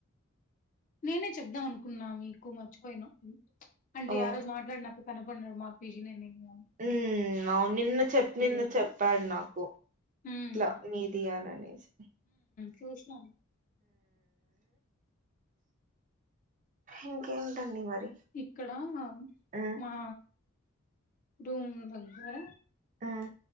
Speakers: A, on the left (about 40°); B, on the right (about 35°).
A: నేనే చెబదాం అనుకున్నా మీకు మర్చిపోయిను అంటే
B: ఓహ్!
A: ఆ రోజు మాట్లాడినాక కనబడేది మా పిజీనో ఏమో
B: ఉ అవును నిన్న చెప్ప నిన్న
A: దగ్గర
B: చెప్పాడు నాకు
A: ఉమ్
B: అట్లా మీదియాన అనేసి
A: చూశ్న
B: ఇంకేంటండి మరి
A: ఇక్కడా
B: హ్మ్.
A: మా రూమ్ దగ్గర
B: హ్మ్.